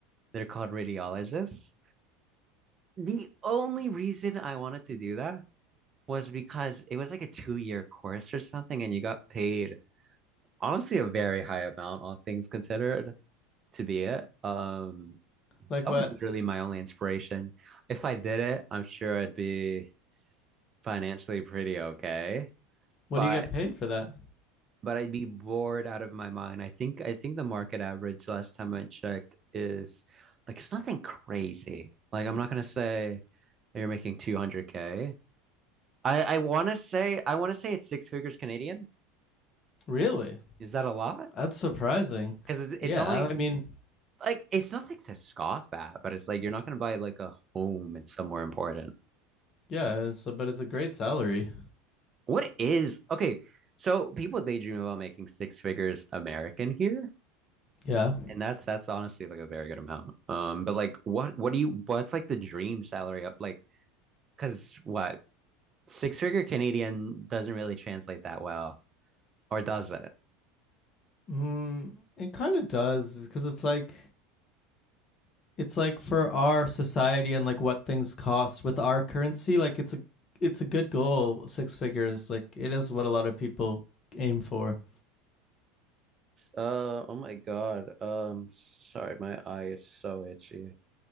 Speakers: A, on the right (about 30°); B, on the left (about 35°).
A: They're called radiologists. The only reason I wanted to do that was because it was like a two-year course or something, and you got paid honestly a very high amount, all things considered, to be it. Um.
B: Like
A: That
B: what?
A: was literally my only inspiration. If I did it, I'm sure I'd be financially pretty okay,
B: What
A: but
B: do you get paid for that?
A: but I'd be bored out of my mind. I think I think the market average last time I checked is like it's nothing crazy. Like I'm not gonna say that you're making 200K. I I want to say I want to say it's six figures Canadian.
B: Really?
A: Is that a lot?
B: That's surprising.
A: Because it's,
B: Yeah,
A: it's only
B: I mean,
A: like it's nothing to scoff at, but it's like you're not gonna buy like a home in somewhere important.
B: yeah, it's a, but it's a great salary.
A: What is okay? So people they dream about making six figures American here,
B: Yeah.
A: and that's that's honestly like a very good amount. Um, but like, what what do you what's like the dream salary up like? Because what six figure Canadian doesn't really translate that well, or does it?
B: Mm, it kind of does because it's like It's like for our society and like what things cost with our currency, like it's a it's a good goal, six figures. Like it is what a lot of people aim for.
A: Uh, oh my God. Um, sorry, my eye is so itchy.